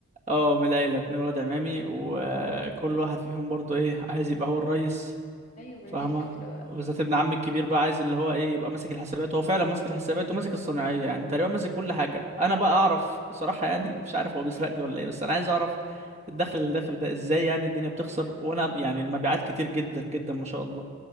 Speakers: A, on the right; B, on the left.
A: اه من العيلة اتنين ولاد عمامي وكل واحد فيهم برضو ايه عايز يبقى هو الريس
B: ايوه ما
A: فاهمة
B: هي دي الفكرة بقى
A: بالذات ابن عمي الكبير بقى عايز اللي هو ايه يبقى ماسك الحسابات هو فعلا ماسك الحسابات وماسك الصناعية يعني تقريبا ماسك كل حاجة انا بقى اعرف صراحة يعني <laughs> مش عارف هو بيسرقني ولا ايه بس انا عايز اعرف الدخل اللي داخل ده ازاي يعني الدنيا بتخسر
B: أمم،
A: وانا يعني المبيعات كتير جدا جدا ما شاء الله